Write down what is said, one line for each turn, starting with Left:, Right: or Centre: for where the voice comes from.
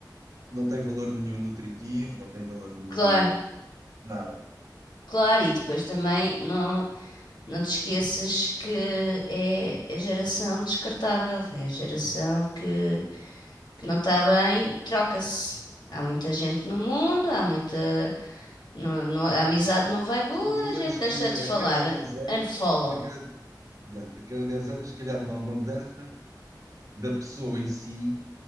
Right: não tem valor nenhum nutritivo, não tem valor nenhum
Left: Claro,
Right: nada.
Left: claro, e depois também não, não te esqueças que é a geração descartável, é a geração que, que não está bem, troca-se. Há muita gente no mundo, há muita. não- não- a amizade não vai boa,
Right: Sim, Diríamos
Left: a gente deixa
Right: que
Left: de falar.
Right: a cada
Left: un-
Right: 10 anos,
Left: Unfollow.
Right: a cada Exato. A cada 10 anos, se calhar não há uma mudança da pessoa em si,